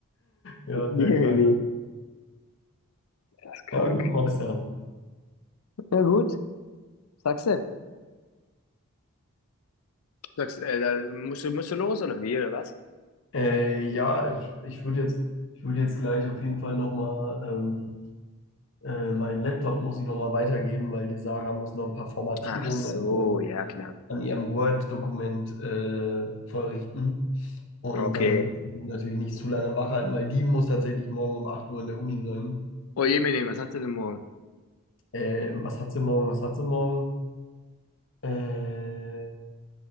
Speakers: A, on the left (about 60°); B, on the left (about 80°).
A: Ja, sehr
B: Jemini.
A: krank.
B: Das ist krank.
A: Ja, gut, Meister.
B: Na gut. Sagst du? Sagst, äh, da musst du, musst du los oder wie, oder was?
A: Äh, ja, ich, ich würde jetzt, ich würde jetzt gleich auf jeden Fall nochmal, ähm, äh, meinen Laptop muss ich nochmal weitergeben, weil die Sarah muss noch ein paar Formatierungen
B: Ach so,
A: an ihrem,
B: ja klar.
A: an ihrem Word-Dokument äh, vollrichten. Und
B: Okay.
A: da möchte ich sie natürlich nicht zu lange wach halten, weil die muss tatsächlich morgen um 8 Uhr in der Uni sein.
B: Oh Jemine, was hast du denn morgen?
A: Ähm, was hat sie morgen? Was hat sie morgen? Äh,